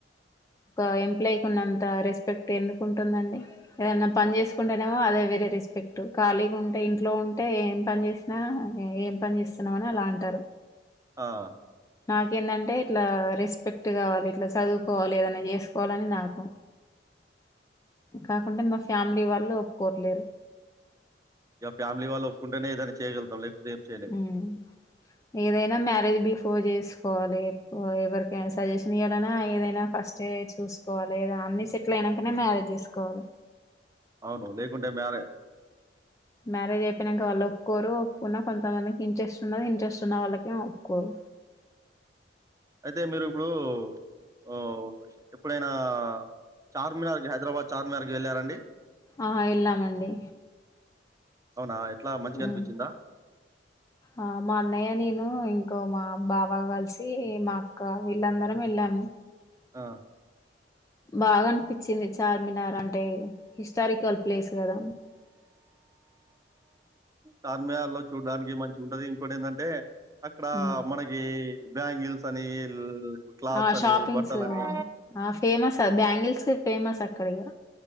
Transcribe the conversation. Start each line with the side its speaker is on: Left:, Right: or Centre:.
Left: ఒక ఎంప్లాయ్కి ఉన్నంత రెస్పెక్ట్ ఎందుకు ఉంటుందండి ఏదనా పన్ చేసుకుంటేనేమో అదే వేరే రెస్పెక్ట్ ఖాలిగా ఉంటే ఇంట్లో ఉంటే ఏం పని చేస్ నా ఏం పని చేస్తున్నావ్ అని అలా అంటారు
Right: ఆ
Left: నాకేందంటే ఇట్లా రెస్పెక్ట్ కావాలి ఇట్లా చదువుకోవాలి ఏదనే చేస్కోవాలని నాకు కాకుంటే మా ఫ్యామిలీ వాళ్ళు ఒప్పుకోవట్లేదు
Right: ఇగ ఫ్యామిలీ వాళ్ళు ఒప్పుకుంటేనే ఏదైనా చేయ్గలుగుతాం లేకపోతే ఏం చేయలేము
Left: ఉమ్. ఏదైనా మ్యారేజ్ బిఫోర్ చేస్కోవాలి ఎవరికనా సజెషన్ ఇయ్యాలన్నా ఏదైనా ఫస్ట్ చూస్కోవాలి ఏదా అన్ని సెటిల్ అయినాకనే మ్యారేజ్ చేసుకోవాలి
Right: అవును లేకుంటే మ్యారే
Left: మ్యారేజ్అయిపోయిన్నకా వాళ్ళు ఒప్పుకోరు ఒప్పుకున్నా కొంతమందికి ఇంట్రెస్ట్ ఉన్నది ఇంట్రెస్ట్ ఉన్న వాళ్ళకేమోప్పుకోరు
Right: అయితే మీరు ఇప్పుడు ఓ ఎప్పుడైనా చార్మినార్కి హైదరాబాద్ చార్మినార్కి వెళ్ళారండి
Left: ఆహ ఏళ్ళామండి
Right: అవునా ఎట్లా మంచిగా అనిపించిందా
Left: ఉమ్. ఆ మా అన్నయ్య నేను ఇంకో మా బావ కలిసి మా అక్క వీళ్ళందరం వెళ్ళాము
Right: ఆ
Left: బాగా అనిపించింది చార్మినార్ అంటే హిస్టారికల్ ప్లేస్ కదా
Right: చార్మినార్లో చూడ్డానికి మంచిగా ఉంటది ఇంకోటి ఏంటంటే అక్కడ
Left: ఉమ్.
Right: మనకి బ్యాంగిల్స్ అని క్లాత్స్
Left: ఆ
Right: అని
Left: షాపింగ్స్
Right: బట్టలని
Left: ఆ ఫేమస్ అది బ్యాంగిల్స్కి ఫేమస్ అక్కడిగా